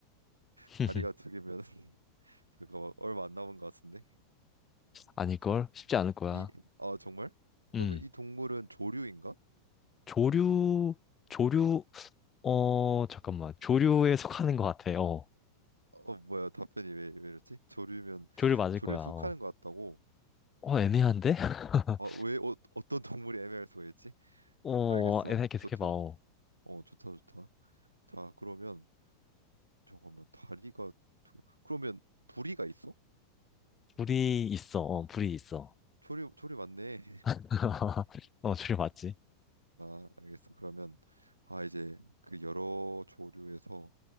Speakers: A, on the left; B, on the right.
A: <laughs>
B: 다리가 두 개면 <laughs> 잠깐만 얼마 안 남은 것 같은데.
A: 아닐걸?
B: 자,
A: 쉽지 않을 거야.
B: 이, 아, 정말? 그러면
A: 음.
B: 이 동물은 조류인가?
A: 조류, 조류, 어, 잠깐만. 조류에 속하는 것 같아. 어.
B: 어, 뭐야, 답변이 왜, 왜 이랬지? 조류면
A: 조류 맞을
B: 조류에
A: 거야.
B: 속하는
A: 어.
B: 것 같다고.
A: 어, 애매한데? <laughs>
B: 아, 왜, 어, 어떤 <laughs> 동물이 애매할 수가 있지?
A: 어,
B: 알겠어.
A: 애매 계속해봐.
B: 좋다.
A: 어.
B: 어, 좋다, 좋다. 자, 그러면 잠깐만 다리가 두 개. 그러면 부리가 있어?
A: 불이 있어. 어, 불이 있어.
B: 조류, 조류 맞네.
A: <laughs> 어, 조류 맞지?
B: 아, 알겠어. 그러면 아 이제 그 여러 조류에서